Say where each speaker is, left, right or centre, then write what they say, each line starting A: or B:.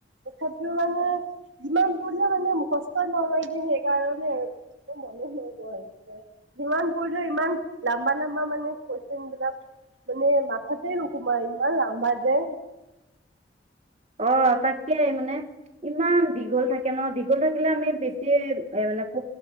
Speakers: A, on the right; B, on the right.
A: তথাপিও মানে যিমান পঢ়িলোঁ মানে মুখষ্ট নলয় যে সেইকাৰণে একো মনে নোযোৱা হৈছে। যিমান পঢ়িলোঁ ইমান লাম্বা লম্বা মানে কোৱেচন বিলাক। মানে মাথাতে নোসোমাই ইমান লম্বা যে।
B: অ তাকেই মানে ইমান দীঘল থাকে ন দীঘল থাকিলে আমি বেছি এ মানে প